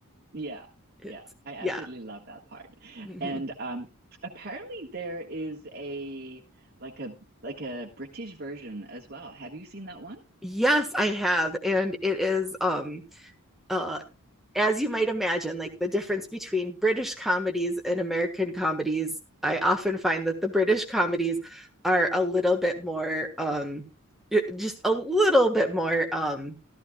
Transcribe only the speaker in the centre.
It's
yeah.
hmm
Yes, I have. And it is um uh as you might imagine, like the difference between British comedies and American comedies, I often find that the British comedies are a little bit more um just a little bit more um